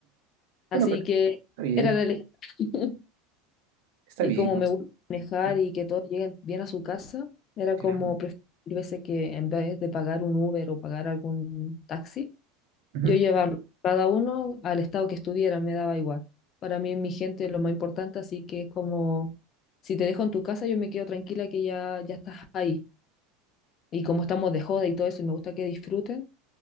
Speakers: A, on the left; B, on the right.
A: Así
B: Bueno, pero
A: que
B: está bien,
A: era la elección. <laughs>
B: está
A: Y
B: bien.
A: como
B: o
A: me
B: sea,
A: gusta manejar
B: sí,
A: y que todos lleguen bien a su casa, era
B: claro.
A: como preferir veces que en vez de pagar un Uber o pagar algún taxi,
B: Ujú,
A: yo llevarlo cada uno al estado que estuvieran, me daba igual. Para mí, mi gente es lo más importante, así que es como, si te dejo en tu casa, yo me quedo tranquila que ya, ya estás ahí. Y como estamos de joda y todo eso, y me gusta que disfruten,